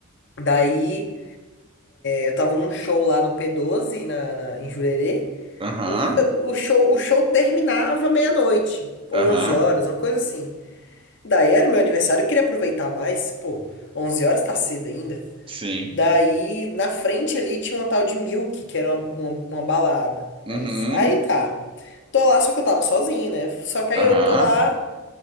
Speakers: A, on the left (about 60°); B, on the right (about 25°).
A: Daí Eu tava num show lá no P12, na, na- em Jurerê.
B: aham,
A: Eu- O show, o show terminava meia-noite, onze
B: aham,
A: horas, uma coisa assim. Daí era meu aniversário, eu queria aproveitar mais. Pô, 11 horas tá cedo ainda.
B: sim.
A: Daí, na frente ali, tinha uma tal de Milk, que era uma, uma, uma balada.
B: Uhum,
A: Mas aí tá. Tô lá, só que eu tava sozinho, né? Só que
B: aham,
A: aí eu tô lá.